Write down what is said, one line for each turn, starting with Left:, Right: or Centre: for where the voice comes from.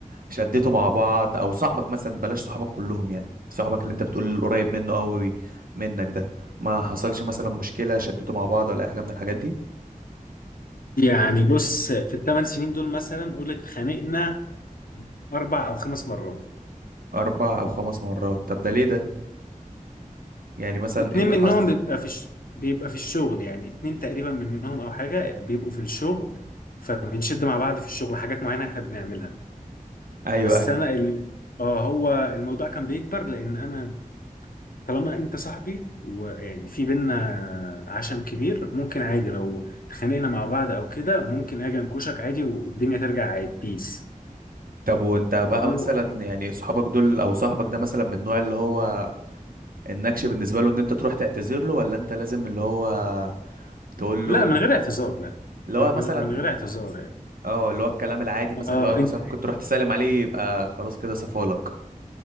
Right: شدتوا مع بعض او صاحبك مثلا بلاش صحابك كلهم يعني صاحبك اللي انت بتقول قريب منه قوي منك ده ما حصلش مثلا مشكلة شدتوا مع بعض ولا اي حاجة من الحاجات دي
Left: يعني بص في الثمان سنين دول مثلا قول اتخانقنا اربع او خمس مرات
Right: اربع او خمس مرات طب ده ليه ده يعني مثلا
Left: اتنين
Right: ايه اللي
Left: منهم
Right: حصل
Left: بيبقى في الش... بيبقى في الشغل يعني اتنين تقريبا منهم او حاجه بيبقوا في الشغل فبنشد مع بعض في الشغل حاجات معينه احنا بنعملها
Right: ايوه
Left: بس
Right: ايوه
Left: انا ال... اه هو الموضوع كان بيكبر لان انا طالما انت صاحبي ويعني في بينا عشم كبير ممكن عادي لو اتخانقنا مع بعض او كده ممكن اجي انكشك عادي والدنيا ترجع عادي بيس
Right: طب وانت بقى
Left: اهو
Right: مثلا يعني صحابك دول او صاحبك ده مثلا من النوع اللي هو النكش بالنسبة له ان انت تروح تعتذر له ولا انت لازم اللي هو تقول
Left: لا
Right: له
Left: من غير اعتذار لا
Right: اللي
Left: من
Right: هو مثلا
Left: من, من غير اعتذار يعني
Right: اه اللي هو الكلام العادي مثلا
Left: اه
Right: اللي هو
Left: انت
Right: مثلا ممكن تروح تسلم عليه يبقى خلاص كده صفالك